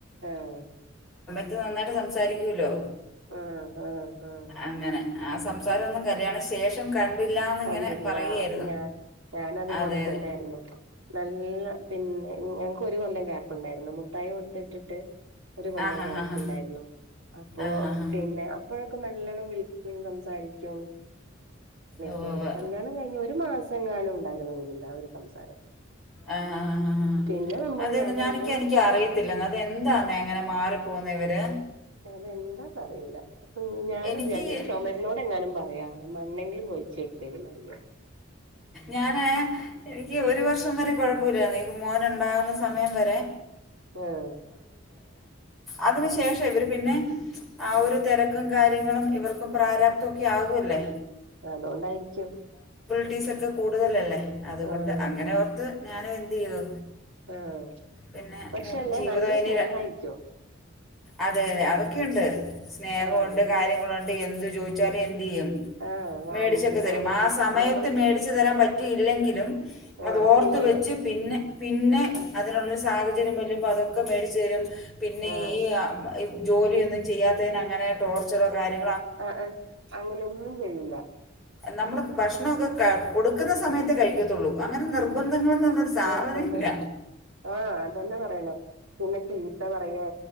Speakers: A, on the right; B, in the centre.
A: ആഹ
B: ഇത് നന്നായിട്ട് സംസാരിക്കുമല്ലോ
A: ആഹ ആഹ ഹഹ
B: അങ്ങനെ ആ സംസാരം ഒന്നും കല്യാണ ശേഷം കണ്ടില്ല എന്നിങ്ങനെ
A: കണ്ടില്ല
B: പറയുമായിരുന്നു
A: ഞാ ഞാന അതുപോലെ
B: അതെ അതെ
A: തന്നൊയിരുന്നു നല്ല പിന്നെ ഞങ്ങക്ക് ഒരു കൊല്ലം ക്യാപ്പുണ്ടായിരുന്നു മുഠായി കൊടുത്തിട്ടിട്ട് ഒരു കൊല്ലം
B: ആ ഹാ
A: ഗ്യാപ്പ
B: ഹാ ഹാ
A: ഉണ്ടായിരുന്നു അപ്പൊ
B: ആ ഹാ ഹാ
A: പിന്നെ അപ്പോഴൊക്കെ നല്ല ണം വിളിക്കും സംസാരിക്കും
B: ഉവ്വ്
A: രുന്നു.
B: ഉവ്വ്.
A: കല്യാണം കഴിഞ് ഒരു മാസം ങ്ങാനും ഉണ്ടായിന്ന് തോന്നുന്നുണ്ട് ആ ഒരു സംസാരം
B: ആഹ് ആ ആ
A: പിന്നെ നമ്മള്
B: ആ അത
A: ഞാൻ പറയും
B: ഞാനൊക്ക
A: ഇതിന്
B: എനിക്ക് അറിയത്തില്ല അത് എന്താന്ന് അങ്ങനെ മാറി പോകുന്നെ ഇവര്
A: അതെന്താന്ന് അറിയില്ല ഞാൻ
B: എനിക്ക്
A: വിചാരിക്ക ചുമരനോട് എങ്ങാനും പറയാ മണ്ണെങ്കിലും പോയിച്ചട്ടേറിയ
B: ഞാന് എനിക്ക് ഒരു വർഷം വരെ കൊഴപ്പമില്ലന്ന് എനിക്ക് മോന് ഉണ്ടാകുന്ന സമയം വരെ
A: ആഹ
B: അതിന് ശേഷം ഇവർ പിന്നെ ആ ഒരു തിരക്കും കാര്യങ്ങളും ഇവർക്കും പ്രാരാപ്തൊക്കെ ആകുമല്ലേ
A: അതുകൊണ്ടായിരിക്കും
B: <unintelligible> ഒക്കെ കൂടുതലല്ലേ അതുകൊണ്ട്
A: ആഹ്
B: അങ്ങനെ ഓർത്ത് ഞാനും എന്ത് ചെയ്തു
A: ആഹ
B: പിന്നെ
A: പക്ഷെല്ല
B: മു- ജീവിതം
A: നല്ല
B: ഇനി
A: സ്നേഹ
B: ര-
A: ആയിരിക്കോ
B: അതെ അതെ അതൊക്കെയുണ്ട് സ്നേഹമുണ്ട്
A: ആഹ്
B: കാര്യങ്ങളുണ്ട് എന്ത്‌ ചോയി ച്ചാല്. എന്തു ചെയ്യും
A: ആഹ് വാങ്ങിത്തരാനും
B: മേടിച്ചൊക്കെ തരും ആ സമയത്ത്
A: നമ്മള്
B: മേടിച്ച് തരാൻ പറ്റിയില്ലെങ്കിലും
A: ആഹ്
B: അത് ഓർത്ത്
A: പിന്നീട്
B: വെച്ച് പിന്നെ പിന്നെ
A: ആഹ്
B: അതിനുള്ള സാഹചര്യം വരുമ്പോൾ അതൊക്കെ മേടിച്ച് തരും പിന്നെ
A: ആഹ്
B: ഈ ആ ജോലി ഒന്നും ചെയ്യാത്തന് അങ്ങനെ ടോർച്ചറോ കാര്യ
A: ആ ആ അങ്ങനെ ഒന്നും ചെയ്യൂ
B: നമ്മള് ഭക്ഷണൊക്കെ കൊടുക്കുന്ന സമയത്ത് കഴിക്കത്തുള്ളൂ അങ്ങനെ നിർബന്ധങ്ങളന്ന് പറഞ്ഞ ഒരു സാധനയില്ല
A: നിർബന്ധ ആഹ് അതന്നെ പറയണേ പിന്നെ ചീത്ത പറയേ